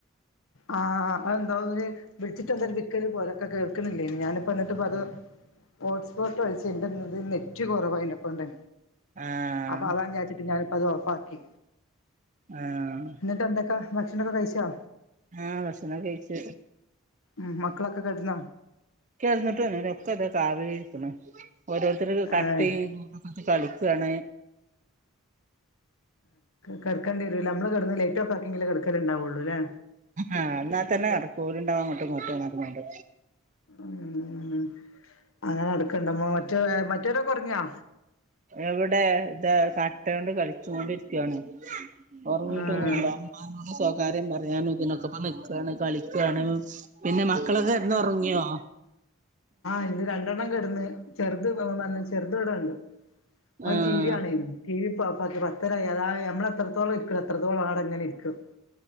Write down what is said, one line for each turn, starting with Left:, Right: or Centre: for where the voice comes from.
Left: ആഹ് എന്തോ ഒരു വിളിച്ചിട്ട് എന്തോ ഒരു വിക്കല് പോലൊക്കെ കേൾക്കുന്നില്ലേ ഞാന അഹ് എന്നിട്ട് പറഞ്ഞു ഹോട്ട്സ്പോട്ട് വച്ചേക്കുന്നത് നെറ്റ് കൊറവായതിനെക്കൊണ്ട്
Right: ആഹ്
Left: അപ്പൊ അതാന്ന് വിചാരിച്ചിട്ട് ഞാനിപ്പം അത് ഓഫ് ആക്കി
Right: ആഹ്
Left: ന്നട്ട് എന്തൊക്കാ ഭക്ഷണൊക്കെ കഴിച്ചോ
Right: ആഹ് ഭക്ഷണൊകെ കഴിച്ച്
Left: മ്മ് മക്കളൊക്കെ കെടന്നോ
Right: കെടന്നിട്ടൊന്നുല്ല ഒക്ക താ കാവലിരിക്ക്ണ് ഓരോരുത്തര് കട്ടിം
Left: ഏഹ്
Right: അത് കളിക്കാണ്
Left: കെടക്കേണ്ടി വരൂല്ല നമ്മള് കെടന്ന് ലൈറ്റ് ഓഫ്‌ ആക്കിങ്കില് കെടക്കല് ഇണ്ടാവൊള്ളൂ ല്ലേ
Right: ആഹ് എന്നാൽ തന്നെ കെടക്കാൻ കൂടുണ്ടവാ അങ്ങോട്ടും ഇങ്ങോട്ട് വന്ന
Left: ഉമ്മ് അങ്ങനെ കിടക്കുണ്ട് മറ്റേ മറ്റവരൊക്കെ ഒറങ്ങിയാ
Right: എവിടെ ഇതാ കട്ട കൊണ്ട് കളിച്ചുോണ്ടിരിക്കാണ് ഒറങ്ങിട്ടൊന്നും
Left: ആഹ്
Right: ഇല്ല ഉമ്മാനോട് സ്വകാര്യം പറയാനും ഇതിനൊക്കെ നിക്ക ഇവിടെ കളിക്കാണ് പിന്നെ മക്കളൊക്കെ കെടന്ന് ഒറങ്ങിയോ
Left: എന്റെ രണ്ടെണ്ണം കെടന്ന് ചെറുത് ചെറുത് ഇവിടെ ഇണ്ട് അവൻ
Right: ആഹ്
Left: ടി വി കാണേന്നു ടീവി ഇപ്പ ഓഫ്‌ ആക്കി പത്തരായി അതാ നമ്മള് എത്രത്തോളം ഇരിക്കുവോ അത്രത്തോളം ആടെ അങ്ങനെ ഇരിക്കും